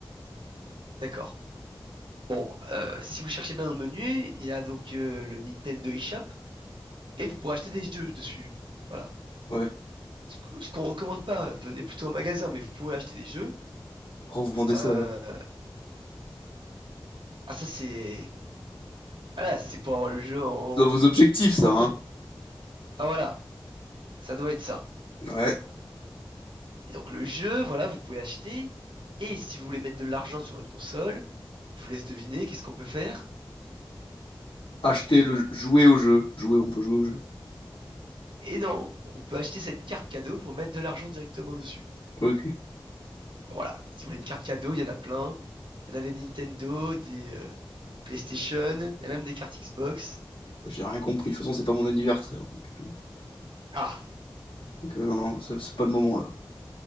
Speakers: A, on the right; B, on the left.
A: D'accord. Bon, euh, si vous cherchez bien dans le menu, il y a donc euh, le Nintendo eShop et vous pourrez acheter des jeux dessus. Voilà.
B: Ouais.
A: Ce que- ce qu'on recommande pas, venez plutôt au magasin, mais vous pouvez acheter des jeux.
B: Pourquoi vous vendez
A: Euh,
B: ça alors?
A: Ah, ça, c'est. Ah là, c'est pour avoir le jeu en...
B: C'est dans vos objectifs, ça,
A: en vrai.
B: hein?
A: Ah, voilà, ça doit être ça.
B: Ouais.
A: Et donc, le jeu, voilà, vous pouvez acheter. Et si vous voulez mettre de l'argent sur votre console, je vous laisse deviner qu'est-ce qu'on peut faire.
B: Acheter le jouer au jeu. Jouer, on peut jouer au jeu.
A: Et non, on peut acheter cette carte cadeau pour mettre de l'argent directement dessus.
B: Ok.
A: Voilà, si vous voulez une carte cadeau, il y en a plein. Il y en a des Nintendo, des euh, PlayStation, il y a même des cartes Xbox.
B: J'ai rien compris.
A: Et-
B: De toute façon, c'est pas mon anniversaire. Donc,
A: Ah,
B: donc, euh, non, non, ça- c'est pas le moment là.